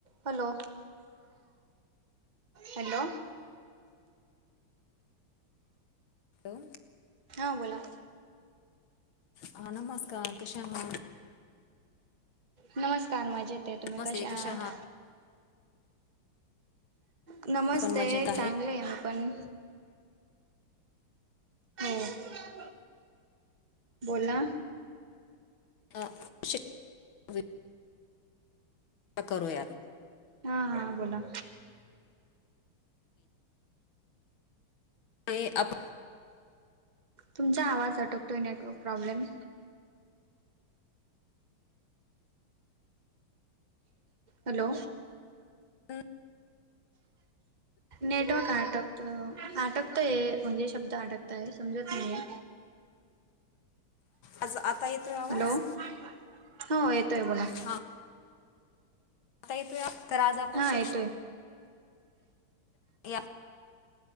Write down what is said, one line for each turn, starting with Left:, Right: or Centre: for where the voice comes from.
Right: Hello hello.
Left: Hello.
Right: हां बोला.
Left: हा नमस्कार कशा आहात?
Right: नमस्कार, मजेत आहे तुम्ही
Left: नमस्ते
Right: कश्या
Left: कशा
Right: आहात? नमस्ते
Left: पण मजेत
Right: चांगले आहे मी पण. हो. बोला.
Left: हा शिकवीत <unintelligible> करूयात
Right: हा हा बोला.
Left: हे अप
Right: तुमचा आवाज अटकतोय नेटवर्क प्रॉब्लेम हॅलो.
Left: हम्म.
Right: नेटवर्क आटकत आट तय म्हणजे शब्द अडकताय समजत नाहीये.
Left: आज आता येतोय आवाज?
Right: हॅलो हो येतोय बोला.
Left: हा आता येतोय आवाज. तर आज आपण
Right: हा
Left: शिक्षण
Right: येतोय.
Left: या